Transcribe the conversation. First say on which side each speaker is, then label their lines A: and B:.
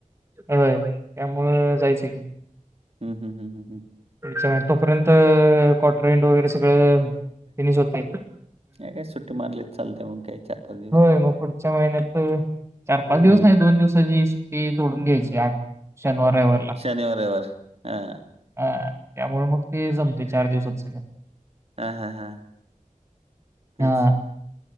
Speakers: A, on the right; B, on the right.
A: होय त्यामुळं जायच की.
B: हम् हम हम हम हम
A: अ तोपर्यंत क्वॉर्टर इंड वगैरे सगळ फिनिश होतय.
B: नाही काय सुट्टी मारली तर चालते मग काही चार पाच दिवस.
A: होय मग पुढच्या महिन्यात चार पाच दिवस
B: हं.
A: नाही दोन दिवसाची सुट्टी टी जोडून घ्यायची आठ शनिवार रविवारला.
B: शनिवार, रविवार. हां.
A: ह त्यामुळे मग ते जमते चार दिवसात सगळ.
B: हा हा हा तेच
A: हा